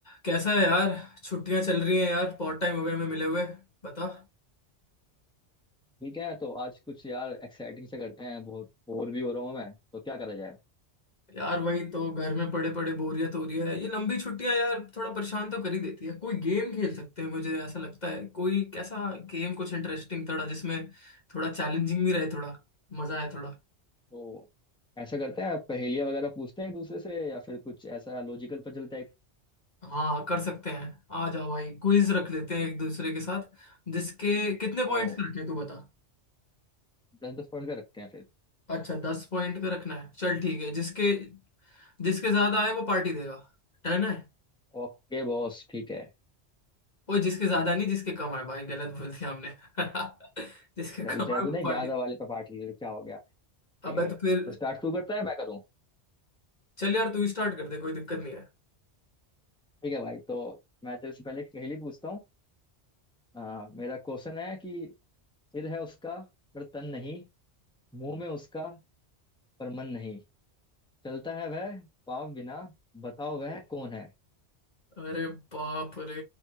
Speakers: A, on the left; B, in the centre.
A: कैसा है यार छुट्टियां चल रही हैं यार बहुत टाइम हो गया हमें मिले हुए बता
B: ठीक है तो आज कुछ यार एक्साइटिंग से करते हैं बहुत बोर भी हो रहा हूँ मैं तो क्या करा जाए
A: यार वही तो घर में पड़े पड़े बोरियत हो रही है ये लंबी छुट्टियां यार थोड़ा परेशान तो कर ही देती है कोई गेम खेल सकते हैं मुझे ऐसा लगता है कोई कैसा गेम कुछ इंटरेस्टिंग थोड़ा जिसमें थोड़ा चैलेंजिंग भी रहे थोड़ा मजा आए थोड़ा
B: तो ऐसा करते हैं पहेलियां वगैरह पूछते हैं एक दूसरे से या फिर कुछ ऐसा लॉजिकल पजल टाइप
A: हाँ कर सकते हैं आ जाओ भाई क्विज रख लेते हैं एक दूसरे के साथ जिसके कितने
B: तो
A: पॉइंट्स का रखें तू बता
B: दस दस पॉइंट का रखते हैं फिर
A: अच्छा दस पॉइंट का रखना है चल ठीक है जिसके जिसके ज्यादा आए वो पार्टी देगा डन है
B: ओके बॉस ठीक है
A: वो जिसके ज्यादा नहीं जिसके कम है भाई गलत बोल दिया हमने <laughs> जिसके
B: चल
A: कम
B: जैसे
A: है वो
B: नहीं
A: पार्टी
B: ज्यादा वाले तो पार्टी ले लो, क्या हो गया ठीक
A: अबे
B: है
A: तो
B: तो
A: फिर
B: स्टार्ट तू करता है मैं करूँ
A: चल यार तू स्टार्ट कर दे कोई दिक्कत नहीं है
B: ठीक है भाई तो मैं तेरे से पहले एक पहेली पूछता हूँ आ, मेरा क्वेश्चन है कि सिर है उसका पर तन नहीं मुंह में उसका पर मन नहीं चलता है वह पाप बिना बताओ वह कौन है
A: अरे बाप रे